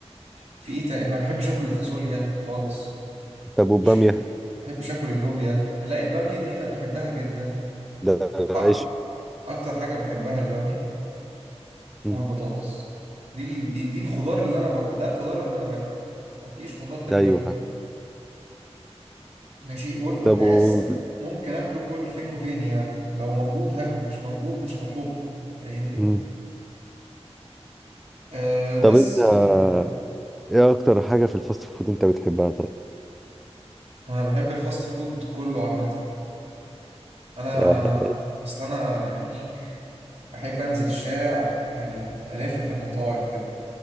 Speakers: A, on the right; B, in the centre.
A: في ايه تاني ما بحبش اكل الفاصوليا خالص
B: طب والبامية
A: ماشي ما بحبش اكل اللوبيا لا الباميه دي انا بحبها جدا
B: ده
A: أ-
B: عيش
A: اكتر حاجه بحبها الباميه
B: مم.
A: والبطاطس دي ال- دي دي الخضار اللي انا باكل ده الخضار اللي انا باكله ما تلاقيش خضار تاني
B: ايوه
A: باكله
B: فاهم
A: ماشي وال- والقلقاس
B: طب و...
A: ممكن اكله كل فين وفين يعني لو موجود هاكله مش موجود مش هطلبه فاهمني
B: مم.
A: أه بس
B: طب انت آه،
A: فانا
B: ايه اكتر حاجة في الفاست فود انت بتحبها طيب
A: انا بحب الفاست فود كله عامه انا
B: آه،
A: اصل انا يعني ايه بحب انزل الشارع يعني الف في المطاعم كده